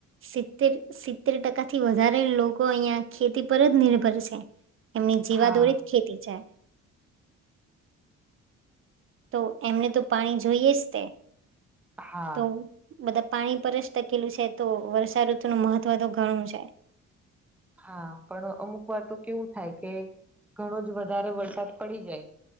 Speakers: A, on the right; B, in the centre.
A: સિત્તેર સિત્તેર ટકા થી વધારે લોકો અહિયાં ખેતી પર જ નિર્ભર છે. એમની જીવાદોરી
B: હા
A: જ ખેતી છે. તો એમને તો પાણી જોઈએ સ તે
B: હા
A: તો બધા પાણી પર જ ટકેલું છે તો વર્ષાઋતુનું મહત્વ તો ઘણું છે
B: હા પણ અમુક વાર તો કેવું થાય કે ઘણો જ વધારે વરસાદ પડી જાય.